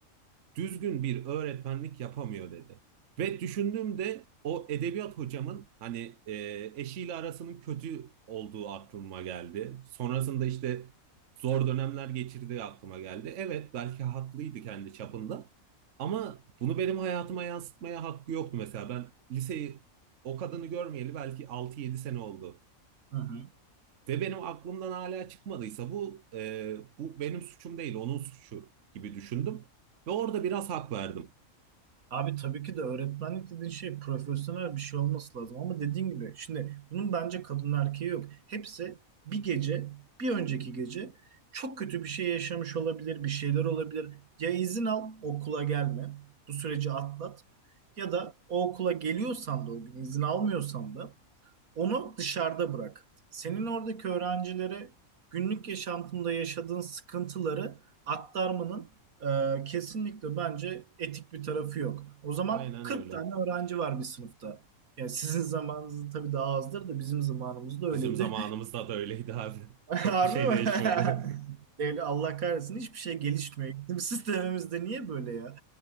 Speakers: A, on the right; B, on the right.
A: düzgün bir öğretmenlik yapamıyor dedi. Ve düşündüğümde o edebiyat hocamın hani e, eşiyle arasının kötü olduğu aklıma geldi. Sonrasında işte zor dönemler geçirdiği aklıma geldi. Evet belki haklıydı kendi çapında ama bunu benim hayatıma yansıtmaya hakkı yoktu mesela. Ben liseyi o kadını görmeyeli belki altı yedi sene oldu.
B: hı hı.
A: Ve benim aklımdan hala çıkmadıysa bu e, bu benim suçum değil, onun suçu gibi düşündüm. Ve orada biraz hak verdim.
B: Abi tabii ki de öğretmenlik dediğin şey profesyonel bir şey olması lazım ama dediğin gibi şimdi bunun bence kadın erkeği yok. Hepsi bir gece bir önceki gece çok kötü bir şey yaşamış olabilir bir şeyler olabilir. Ya izin al okula gelme bu süreci atlat ya da o okula geliyorsan da o gün izin almıyorsan da Onu dışarıda bırak. Senin oradaki öğrencilere günlük yaşantında yaşadığın sıkıntıları aktarmanın e, kesinlikle bence etik bir tarafı yok. O zaman
A: Aynen
B: 40
A: öyle.
B: tane öğrenci var bir sınıfta. Yani sizin zamanınızda tabii daha azdır da bizim zamanımızda öyleydi.
A: Bizim zamanımızda da öyleydi abi.
B: <laughs>
A: <laughs>
B: Harbi
A: Çok bir şey değişmedi.
B: mi? <laughs> Devlet Allah kahretsin hiçbir şey gelişmiyor. Eğitim <laughs> sistemimizde niye böyle ya?